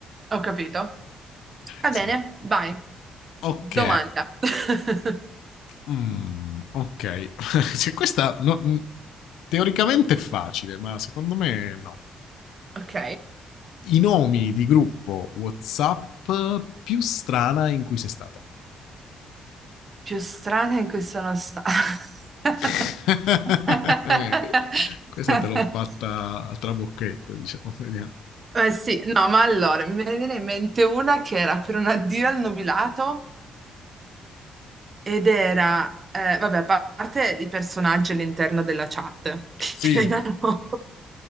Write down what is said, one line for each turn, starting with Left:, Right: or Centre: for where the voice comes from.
Right: Ho capito. Va
Left: Sì.
Right: bene, vai.
Left: Ok.
Right: Domanda. <laughs>
Left: Mm, ok. <laughs> Se Questa no, mm, teoricamente è facile, ma secondo me no.
Right: Ok.
Left: I nomi di gruppo WhatsApp più strana in cui sei stata.
Right: Più strana in cui sono stata. <laughs>
Left: <laughs> Questa te l'ho fatta a trabocchetto, diciamo, vediamo.
Right: Eh sì, no, ma allora me ne viene in mente una che era per un addio al nubilato ed era, eh, vabbè, a parte i personaggi all'interno della chat, <laughs> che
Left: Sì,
Right: erano